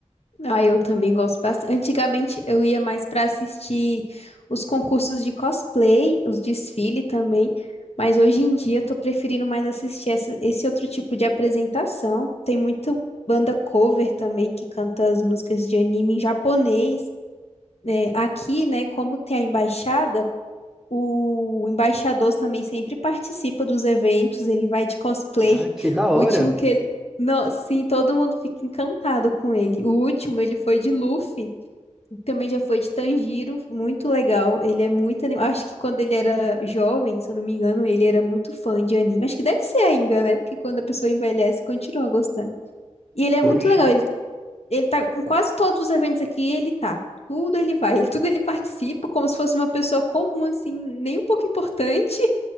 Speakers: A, on the left; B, in the centre.
A: Ah, eu também gosto bastante. Antigamente eu ia mais para assistir os concursos de cosplay, os desfile também, mas hoje em dia eu tô preferindo mais assistir essa- esse outro tipo de apresentação. Tem muita banda cover também que canta as músicas de anime em japonês. É, aqui, né, como tem a embaixada. O embaixador também sempre participa dos eventos, ele vai de cosplay.
B: Ah, que da hora!
A: O último que ele. Não, sim, todo mundo fica encantado com ele. O último, ele foi de Luffy, e também já foi de Tanjiro, muito legal. Ele é muito animado. Acho que quando ele era jovem, se eu não me engano, ele era muito fã de anime. Acho que deve ser ainda, né? Porque quando a pessoa envelhece, continua gostando. E ele é
B: Poxa,
A: muito legal, ele ele tá em quase todos os eventos aqui, ele tá. Tudo ele vai, ele, tudo ele participa, como se fosse uma pessoa comum, assim, nem um pouco importante.